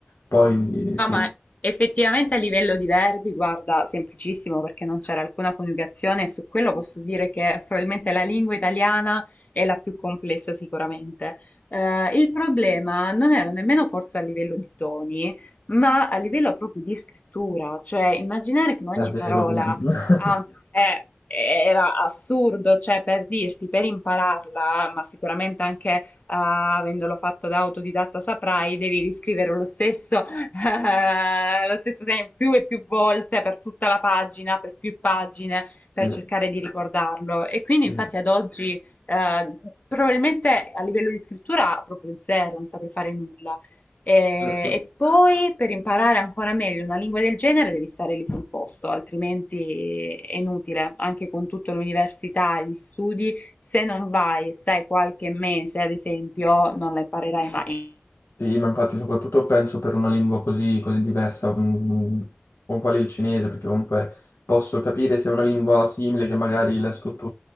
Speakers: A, on the left; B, on the left.
A: Poi sì,
B: No, ma effettivamente a livello di verbi, guarda, semplicissimo perché non c'era alcuna coniugazione e su quello posso dire che probabilmente la lingua italiana è la più complessa sicuramente. Eh, il problema non era nemmeno forse a livello di toni, ma a livello proprio di scrittura, cioè immaginare che ogni
A: è vero,
B: parola
A: vero. <laughs>
B: ha- è- era assurdo, cioè per dirti, per impararla, ma sicuramente anche eh, avendolo fatto da autodidatta saprai, devi riscrivere lo stesso eh, lo stesso segno più e più volte per tutta la pagina, per più pagine,
A: Sì,
B: per cercare di ricordarlo. E quindi
A: sì,
B: infatti ad oggi eh, probabilmente a livello di scrittura proprio zero, non saprei fare nulla. E,
A: certo.
B: e poi per imparare ancora meglio una lingua del genere devi stare lì sul posto, altrimenti è inutile, anche con tutta l'università, gli studi, se non vai e stai qualche mese, ad esempio, non la imparerai mai.
A: Sì, ma infatti soprattutto penso per una lingua così, così diversa, mm, mm, mm, come quale il cinese, perché comunque posso capire se è una lingua simile che magari la struttura